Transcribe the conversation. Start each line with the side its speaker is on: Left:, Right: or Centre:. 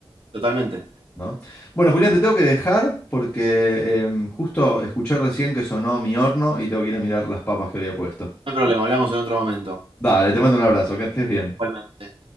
Right: totalmente.
Left: ¿no? Bueno, Julián, te tengo que dejar porque em, justo escuché recién que sonó mi horno y tengo que ir a mirar las papas que había puesto.
Right: hay problema, hablamos en otro momento.
Left: Dale, te mando un abrazo, que estés bien.
Right: Igualmente.